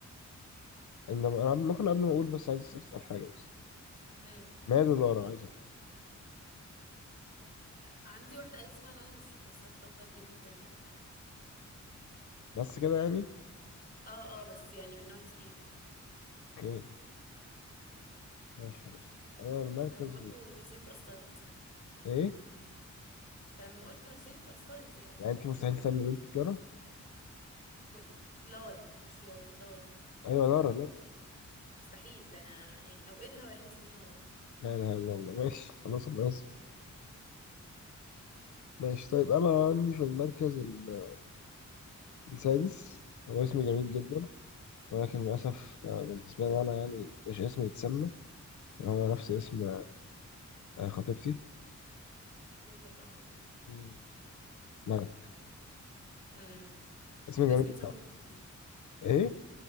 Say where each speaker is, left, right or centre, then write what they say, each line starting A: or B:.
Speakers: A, on the left; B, on the left.
A: إنما أنا ممكن قبل ما أقول بس عايز أسأل حاجة بس
B: امم
A: ماله لورا عايز أفهم
B: عندي واحدة قريبتي اسمها لا مش بستلطفها جدا يعني
A: بس كده يعني
B: اه اه بس يعني من نوع تقيل
A: أوكي ماشي خلاص أنا المركز
B: فلما قلت
A: ال-
B: له نفسيتي اتأثرت
A: إيه؟
B: فلما قلت نفسيتي اتأثرت يعني م...
A: يعني أنت مستحيل تسمي بنتك لورا؟
B: م... لارا مش يارا لارا
A: أيوة لورا لورا
B: مستحيل ده انا يعني اوقدها ولا اني اسميها لارا
A: لا إله إلا الله ماشي خلاص أنا آسف
B: امم
A: ماشي طيب أنا عندي في المركز ال- السادس هو اسم جميل
B: امم
A: جدا ولكن للأسف آه، بالنسبة لي أنا يعني مش اسمي يتسمى عشان هو نفس اسم آه، خطيبتي
B: حضرتك اه
A: مم. ملك
B: امم
A: اسم
B: ده, ده
A: جميل
B: اسم يتسمى
A: طبعا
B: جداً.
A: إيه